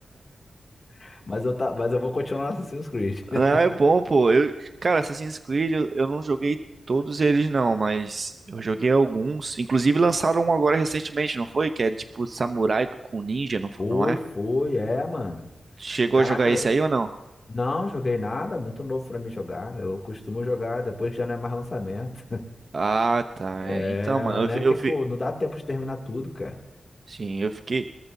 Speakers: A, on the left; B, on the right.
A: <laughs> Mas eu, tá, mas eu vou continuar no Assassin's Creed. <laughs>
B: Não, é bom, pô. Eu, cara, Assassin's Creed, eu, eu não joguei todos eles, não, mas eu joguei alguns. Inclusive lançaram um agora recentemente, não foi? Que é tipo samurai com ninja, não, fo-
A: Foi,
B: não é?
A: foi, é, mano.
B: Chegou
A: Caraca,
B: a jogar esse aí ou não?
A: não joguei nada, muito novo pra mim jogar. Eu costumo jogar depois que já não é mais lançamento.
B: Ah, tá.
A: É,
B: é. Então, mano, eu,
A: né?
B: fi- eu,
A: Que,
B: fi-
A: pô, não dá tempo de terminar tudo, cara.
B: sim, eu fiquei,